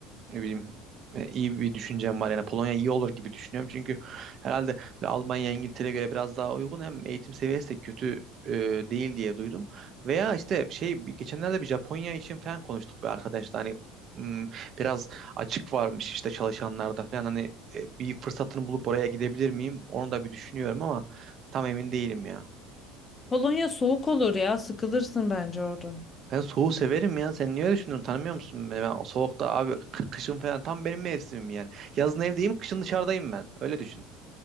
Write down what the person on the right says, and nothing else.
ne bileyim e, iyi bir düşüncem var. Yani Polonya iyi olur gibi düşünüyorum. Çünkü herhalde böyle Almanya, İngiltere'ye göre biraz daha uygun. Hem eğitim seviyesi de kötü e, değil diye duydum. Veya işte şey bir- geçenlerde bir Japonya için falan konuştuk bir arkadaşla. Hani m, biraz açık varmış işte çalışanlarda falan. Hani e, bir fırsatını bulup oraya gidebilir miyim? Onu da bir düşünüyorum ama tam emin değilim ya.
Ben soğuğu severim ya. Sen niye öyle düşünüyorsun? Tanımıyor musun beni? Ben o soğukta abi k- kışın falan tam benim mevsimim yani. Yazın evdeyim, kışın dışarıdayım ben. Öyle düşün.